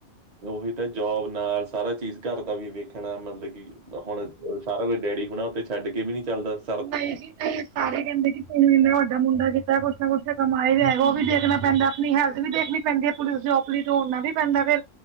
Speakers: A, on the right; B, on the right.
A: ਓਹੀ ਤਾਂ ਜੋਬ ਨਾਲ ਸਾਰਾ ਚੀਜ਼ ਘਰ ਦਾ ਵੀ ਵੇਖਨਾ ਮਤਲਬ ਕੀ ਹੁਨ ਸਾਰਾ ਕੁਝ ਡੈਡੀ ਹੁਨਾ ਤੇ ਛੱਡ ਕੇ ਵੀ ਨੀ ਚੱਲਦਾ ਸੀ।
B: <inaudible> ਸਾਰੇ ਕੈਂਦੇ ਕੇ ਇੰਨਾ ਵੱਡਾ ਮੁੰਡਾ ਕੀਤਾ ਕੁਛ ਨਾ ਕੁਛ ਤਾ ਕਮਾਏ ਦਾ ਹੈਗਾ ਓ ਵੀ ਦੇਖਨਾ ਪੈਂਦਾ ਆਪਨੀ ਹੈਲਥ ਵੀ ਦੇਖਨੀ ਪੈਂਦੀ ਹੈ ਪੁਲਿਸ ਜੋਬ ਲਈ ਦੋੜਨਾ ਵੀ ਪੈਂਦਾ ਫਿਰ,